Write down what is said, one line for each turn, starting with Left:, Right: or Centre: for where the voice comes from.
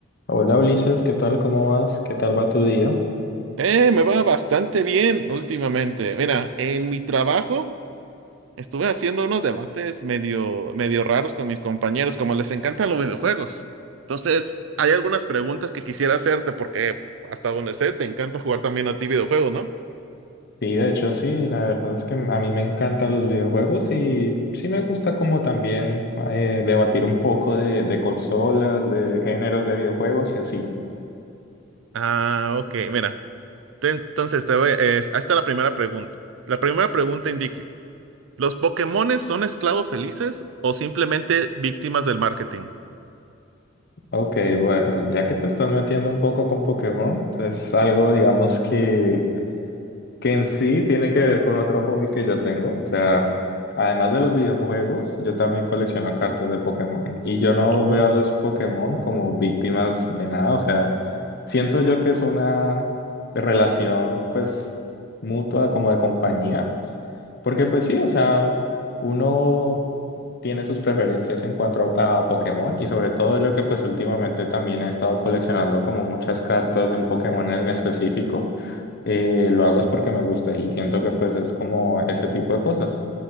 Left: Hola Ulises, ¿qué tal? ¿Cómo vas? ¿Qué tal va tu día?
Right: Eh, me va bastante bien últimamente. Mira, en mi trabajo estuve haciendo unos debates medio, medio raros con mis compañeros, como les encantan los videojuegos. Entonces, hay algunas preguntas que quisiera hacerte porque hasta donde sé, te encanta jugar también a ti videojuegos, ¿no?
Left: Sí, de hecho sí, la verdad es que a mí me encantan los videojuegos y sí me gusta como también eh, debatir un poco de, de consolas, de géneros de videojuegos y así.
Right: Ah, ok, mira. te- entonces, te voy, es- ahí está la primera pregunta. La primera pregunta indique, ¿los Pokémones son esclavos felices o simplemente víctimas del marketing?
Left: Ok, bueno, ya que te estás metiendo un poco con Pokémon, es algo digamos que, que en sí tiene que ver con otro hobby que yo tengo, o sea... Además de los videojuegos, yo también colecciono cartas de Pokémon y yo no
Right: Oh.
Left: veo a los Pokémon como víctimas de nada, o sea, Siento yo que es una relación pues mutua como de compañía, porque pues sí, o sea, uno tiene sus preferencias en cuanto a, a Pokémon y sobre todo yo que pues últimamente también he estado coleccionando como muchas cartas de un Pokémon en específico, eh, lo hago es porque me gusta y siento que pues es como ese tipo de cosas.